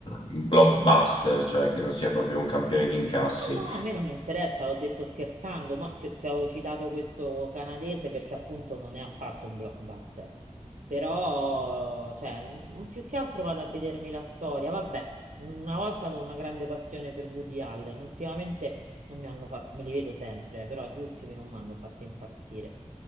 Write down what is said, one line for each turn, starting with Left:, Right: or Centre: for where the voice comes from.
Left: un blockbuster, cioè che non sia proprio un campione di incassi.
Right: No, no, a me non interessa, l'ho detto scherzando, ma ti, ti avevo citato questo canadese perché appunto non è affatto un blockbuster. Però, cioè, m- più che altro vado a vedermi la storia. Vabbè, una volta avevo una grande passione per Woody Allen, ultimamente non mi hanno fatto, me li vedo sempre, eh, però gli ultimi non mi hanno fatto impazzire.